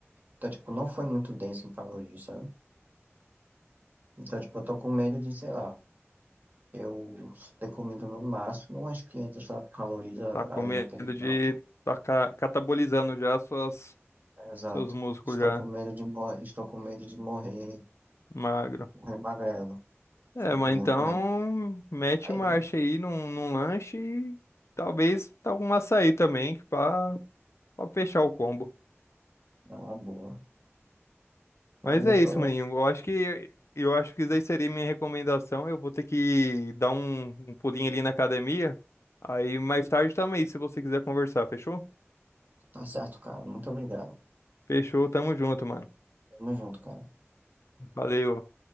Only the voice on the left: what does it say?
Tá com
medo
de
tá ca- catabolizando já suas,
seus músculos
já
magro.
É,
mas
então
mete
marcha aí num, num lanche e talvez tá um açaí também, que pra, pra fechar o combo.
Mas
é isso,
maninho. Eu acho que eu acho que isso aí seria minha recomendação. Eu vou ter que dar um, um pulinho ali na academia. Aí mais tarde também, se você quiser conversar, fechou?
Fechou, tamo junto, mano.
Valeu.